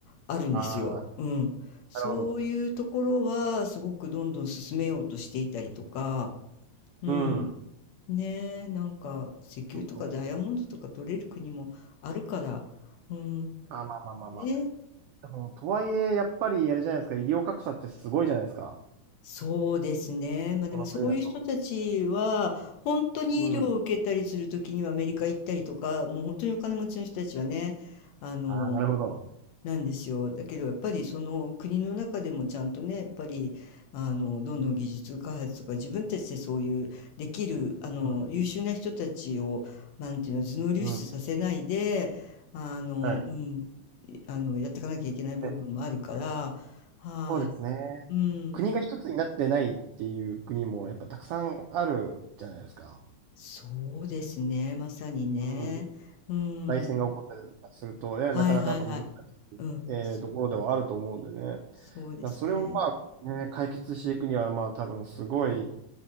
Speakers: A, on the left; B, on the right.
A: あるんですよ。
B: ああ、
A: うん。そういうところは、
B: なるほど。
A: すごくどんどん進めようとしていたりとか、うん。
B: うん。
A: ねえ、なんか、石油とかダイヤモンドとか取れる国もあるから、
B: そう
A: うん。
B: あ、まあまあまあまあ。
A: ね
B: でも、とはいえ、やっぱり、あれじゃないですか、医療格差ってすごいじゃないですか。
A: そうですね。まあでもそういう人たちは、
B: この国だと。
A: 本当に医療を受けたりするときにはアメリカ行ったりとか、
B: うん。
A: もう本当にお金持ちの人たちはね、あの、
B: ああ、なるほど。
A: なんですよ。だけどやっぱりその国の中でもちゃんとね、やっぱり、あの、どんどん技術開発とか自分たちでそういうできる、あの、
B: うん。
A: 優秀な人たちを、まあ、なんていうの、頭脳流出させないで、
B: うん。
A: あの、
B: はい。
A: うん、いあの、やっていかなきゃいけない部分もあるから、
B: ね
A: は
B: そうですね。
A: い。うん。
B: 国が一つになってないっていう国もやっぱたくさんあるじゃないですか。
A: そうですね、まさにね。
B: うん。
A: うん。
B: 内戦が起こったりだとかすると、いや、
A: はいはいはい。
B: なかなかやっぱ難しい、
A: うん。
B: えーところではあると思うんでね。
A: そうん、
B: だか
A: そうですね。
B: らそれをまあ、ね、解決していくには、まあ多分すごい、